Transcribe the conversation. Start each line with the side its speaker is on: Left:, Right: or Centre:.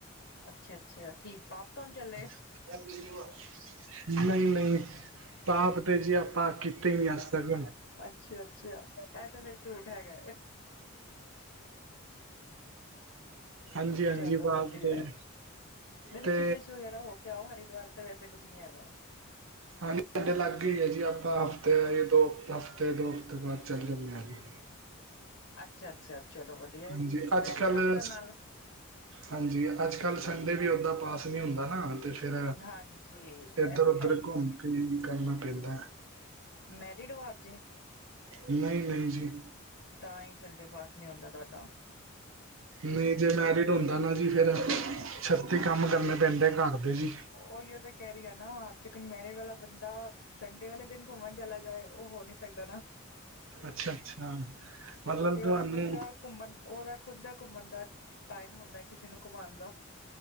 Left: ਅੱਛਾ- ਅੱਛਾ, ਕੀ ਪਾਪ ਤੋਨ ਚੱਲੇ ਹੋ।
Right: ਵਾ ਜੀ ਵਾ। ਨਹੀਂ-ਨਹੀਂ, ਪਾਪ ਤੇ ਜੇ ਆਪਾਂ ਕੀਤੇ ਨੀ ਅੱਜ ਤਕ।
Left: ਅੱਛਾ- ਅੱਛਾ, ਇਹ ਤਾਂ ਫੇਿ਼ਰ ਝੂਠ ਹੈਗਾ ਹੈ।
Right: ਹਾਂਜੀ ਹਾਂਜੀ
Left: ਚਲੋ
Right: ਪਾਪ
Left: ਵਧੀਆ,
Right: ਤੇ
Left: ਨੀ ਰਿਸ਼ਕੇਸ਼
Right: ਤੇ
Left: ਵਗੈਰਾ ਹੋ ਕਗ ਆਓ। ਹਰਿਦੁਵਾਰ, ਤੇ ਵੈਸੇ ਕੁਛ ਨੀ ਹੈਗਾ।
Right: ਹਾਂਜੀ, ਸਾਡੇ ਲਾਗੇ ਹੀ ਹੈ ਜੀ ਆਪਾਂ ਹਫ਼ਤੇ- ਦੋ ਹਫਤੇ- ਦੋ ਹਫ਼ਤੇ ਬਾਦ ਚੱਲੇ ਜਾਂਦੇ ਹਾਂਜੀ।
Left: ਅੱਛਾ-ਅੱਛਾ, ਚਲੋ ਵਧੀਆ ਹੈਜੀ,
Right: ਹਾਂਜੀ
Left: ਫਰੈਂਡਸ
Right: ਅੱਜ ਕੱਲ੍ਹ
Left: ਵਗੈਰਾ ਨਾਲ।
Right: ਹਾਂਜੀ, ਅੱਜ-ਕੱਲ੍ਹ ਸੰਡੇ ਵੀ ਉੱਦਾਂ ਪਾਸ ਨਹੀਂ ਹੁੰਦਾ ਨਾ। ਤੇ ਫੇਰ,
Left: ਹਾਂਜੀ ਇਹ
Right: ਇੱਧਰ-ਉਧਰ
Left: ਤੇ ਹੈ ਹੀ ਹੈ
Right: ਘੁੰਮ ਕੇ ਕਰਨਾ ਪੈਂਦਾ।
Left: ਮੈਰਿਡ ਹੋ, ਆਪ ਜੀ।
Right: ਨਹੀਂ- ਨਹੀਂ, ਜੀ।
Left: ਤਾਂਹੀ ਸੰਡੇ ਪਾਸ ਨੀ ਆਉਂਦਾ ਤੁਹਾਡਾ।
Right: ਨਈ ਜੇ ਮੈਰਿਡ ਓਂਦਾ ਨਾ ਜੀ ਫੇਰ ਛੱਤੀ ਕਾੱਮ ਕਰਨੇ ਪੈਂਦੈ ਘਾੱਰ ਦੇ ਜੀ।
Left: ਓਈਯੋ ਤੇ ਕੈ ਰੀ ਆ ਨਾ, <unintelligible> ਮੇਰੇ ਵਾਲਾ ਬੰਦਾ ਸੰਡੇ ਵਾਲੇ ਦਿਨ ਘੁੰਮਣ ਚਲਾ ਜਾਏ, ਉਹ ਹੋ ਨੀ ਸਕਦਾ ਨਾ।
Right: ਅੱਛਾ ਅੱਛਾ ਮਤਲਬ
Left: ਉਹ ਤੇ
Right: ਤੁਹਾਨੂੰ
Left: ਉਹਦਾ ਖੁੱਦ ਦਾ ਘੁੰਮਣ ਉਹਦਾ ਖੁੱਦ ਦਾ ਘੁੰਮਨ ਦਾ ਟਾਈਮ ਹੁੰਦਾ, ਕਿਸੇ ਨੂੰ ਘੁੰਮਾਉਦਾ